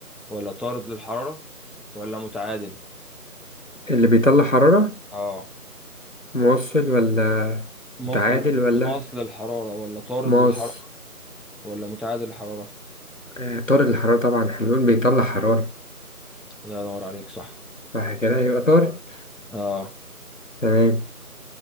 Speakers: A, in the centre; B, on the left.
A: ولا طارد للحرارة ولا متعادل
B: اللي بيطلع حرارة
A: اه
B: موصل ولا
A: مصل
B: متعادل ولا
A: مصل الحرارة ولا طارد
B: ماس
A: للحرارة ولا متعادل الحرارة
B: آه طارد الحرارة طبعا احنا بنقول بيطلع حرارة
A: الله ينور عليك صح
B: صح كده يبقى طارد
A: اه
B: تمام